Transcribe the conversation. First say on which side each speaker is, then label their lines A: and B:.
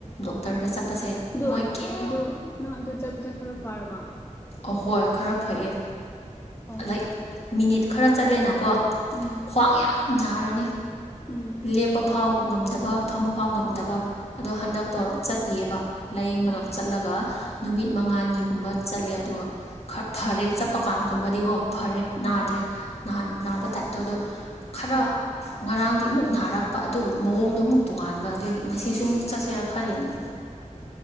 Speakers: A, on the left; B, on the left.
A: ꯗꯣꯛꯇꯔꯗ ꯆꯠꯄꯁꯦ
B: ꯑꯗꯨ
A: ꯃꯣꯏ
B: ꯑꯣꯏꯅ
A: ꯀꯩꯝ
B: ꯑꯗꯨ ꯅꯪ ꯑꯗꯨ ꯆꯠꯄꯗ ꯈꯔ ꯐꯥꯔꯕ
A: ꯑꯍꯣꯏ ꯈꯔ ꯐꯩꯌꯦ
B: ꯑꯣ
A: ꯂꯥꯏꯛ ꯃꯤꯅꯤꯠ ꯈꯔ ꯆꯠꯂꯦꯅꯀꯣ
B: ꯎꯝ
A: ꯈ꯭ꯋꯥꯡ ꯌꯥꯝ ꯅꯥꯔꯅꯤ
B: ꯎꯝ
A: ꯂꯦꯞꯄ ꯐꯥꯎ ꯉꯝꯗꯕ ꯐꯝꯕ ꯐꯥꯎ ꯉꯝꯗꯕ
B: ꯑꯥ
A: ꯑꯗꯣ ꯍꯟꯗꯛꯇꯣ ꯆꯠꯄꯤꯌꯦꯕ ꯂꯥꯏꯌꯦꯡꯕꯗꯣ
B: ꯑꯥ
A: ꯆꯠꯂꯒ
B: ꯑꯥ
A: ꯅꯨꯃꯤꯠ ꯃꯉꯥꯅꯤꯒꯨꯝꯕ ꯆꯠꯂꯦ ꯑꯗꯨꯒ ꯈꯔꯥ ꯐꯔꯦ ꯆꯠꯄ ꯀꯥꯟꯒꯨꯝꯕꯗꯤꯀꯣ ꯐꯔꯦ
B: ꯎꯝ
A: ꯅꯥꯗ꯭ꯔꯦ ꯅꯍꯥꯟ ꯅꯥꯕ ꯇꯥꯏꯞꯇꯣ ꯑꯗꯣ ꯈꯔꯥ
B: ꯑꯥ
A: ꯉꯔꯥꯡꯗꯤ ꯑꯃꯨꯛ ꯅꯥꯔꯛꯄ ꯑꯗꯨꯕꯨ ꯃꯑꯣꯡꯗꯣ
B: ꯎꯝ
A: ꯑꯃꯨꯛ ꯇꯣꯉꯥꯟꯕ ꯑꯗꯨꯒꯤ ꯃꯁꯤꯁꯨ ꯑꯃꯨꯛ ꯆꯠꯁꯦꯔꯥ ꯈꯜꯂꯤꯅꯤ